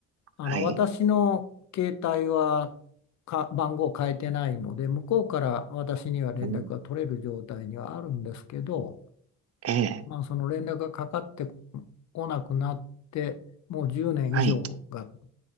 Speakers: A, on the left; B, on the right.
A: あの私の携帯はか番号を変えてないので、
B: はい。
A: 向こうから私には連絡が取れる状態にはあるんですけど、
B: うん。ええ。
A: まあ、その連絡がかかってこなくなって、もう10年以上が
B: はい。